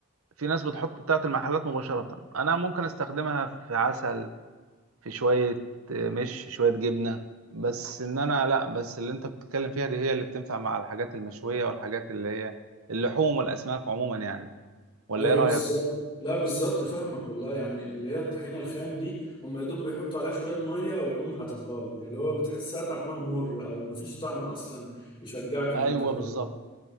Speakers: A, on the right; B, on the left.
A: في ناس بتحط بتاعت المحلات مباشره انا ممكن استخدمها في عسل في شوية مش شوية جبنة بس ان انا لا بس اللي انت بتتكلم فيها دي هي اللي بتنفع مع الحاجات المشوية والحاجات اللي هي اللحوم والاسماك عموما يعني ولا
B: ايوه
A: ايه رأيك
B: بالظبط لا بالظبط فاهمك والله يعني اللي هي الطحينة الخام دي هم يا دوب بيحطوا عليها شوية مية ويقوم حاططها لك اللي هو بتحسها طعمها مر او مفيش طعم اصلا يشجعك ان
A: ايوه
B: انت
A: بالظبط